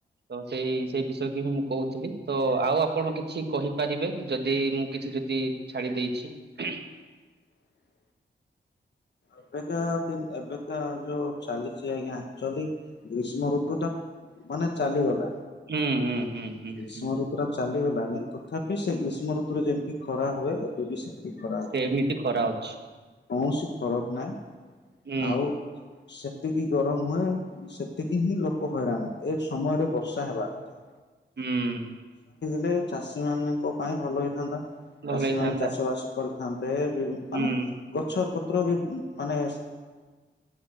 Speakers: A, on the right; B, on the left.
A: ତ ସେଇ ସେଇ ବିଷୟ କି ହିଁ ମୁଁ କହୁଥିଲି ତ ଆଉ ଆପଣ କିଛି କହିପାରିବେ ଯଦି ମୁଁ କିଛି ଯଦି ଛାଡିି ଦେଇଛି।
B: ହ ଏବେକା ଏବେକା ଯୋଉ ଚାଲିଛି ଆଜ୍ଞା ଆକଚୁଆଲି ଗ୍ରୀଷ୍ମ ଋତୁଟା ମାନେ ଚାଲିଗଲା।
A: ହୁଁ ହୁଁ। ହୁଁ
B: ଗ୍ରୀଷ୍ମ
A: ହୁଁ
B: ଋତୁଟା ଚାଲିଗଲାଣି ତଥାପି ସେ ଗ୍ରୀଷ୍ମ ଋତୁ ଋତୁରେ ଯେମିତି ଖରା ହୁଏ ଏବେବି ସେମତି ଖରା
A: ସେମିତି
B: ହୁଏ।
A: ଖରା ଅଛି
B: କୌଣସି ଫରକ ନାହିଁ।
A: ହୁଁ
B: ଆଉ ସେତିକି ଗରମ ହୁଏ ସେତିକି ହିଁ ଲୋକ ହଇରାଣନ୍ତି ଏ ସମୟରେ ବର୍ଷା ହେବା କଥା।
A: ହୁଁ।
B: ଲେ ଚାଷୀ ମାନଙ୍କ ପାଇଁ ଭଲ ହେଇଥାନ୍ତା
A: ଭଲ
B: ଚାଷୀ
A: ହେଇଥାନ୍ତା
B: ମାନେ ଚାଷ ବାସ କରିଥାନ୍ତେ। ସେ ବି ମାନେ,
A: ହୁଁ
B: ଗଛ ପତ୍ର ବି ମାନେ